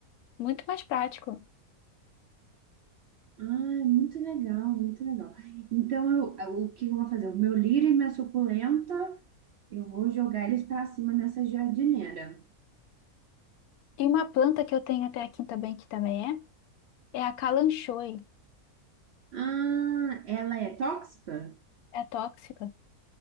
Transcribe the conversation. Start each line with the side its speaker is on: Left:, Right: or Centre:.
Left: muito mais prático.
Right: Ah, é muito legal, muito legal. Então, eu, o que eu vou fazer? O meu lírio e minha suculenta. Eu vou jogar eles pra cima nessa jardineira.
Left: E uma planta que eu tenho até aqui também, que também é, é a calanchoe,
Right: Ah, ela é tóxica?
Left: é tóxica.